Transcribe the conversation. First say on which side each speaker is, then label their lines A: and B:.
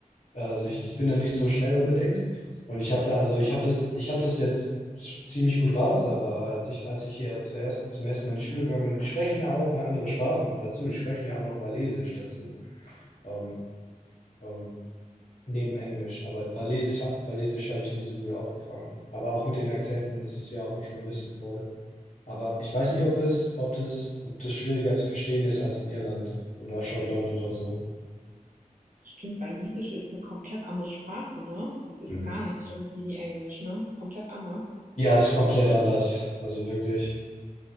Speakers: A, on the left; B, on the right.
A: Also ich, ich bin da nicht so schnell unbedingt. Und ich habe da, also ich habe das, ich habe das jetzt z- ziemlich gut raus, aber als ich, als ich hier zuerst zum ersten Mal in die Schule gegangen bin, und die sprechen ja auch eine andere Sprache noch dazu, die sprechen ja auch noch Walisisch dazu, ähm, ähm, neben Englisch. Aber Walisisch, ha- Walisisch habe ich nie so gut aufgefangen. Aber auch mit den Akzenten ist es ja auch manchmal ein bisschen voll. Aber ich weiß nicht, ob es, ob das, ob das schwieriger zu verstehen ist als in Irland oder Schottland oder so.
B: Stimmt, Walisisch ist eine komplett andere Sprache, ne? Das ist
A: Mhm.
B: gar nicht irgendwie wie Englisch, ne? Ist komplett anders.
A: Ja, ist komplett anders. Also wirklich.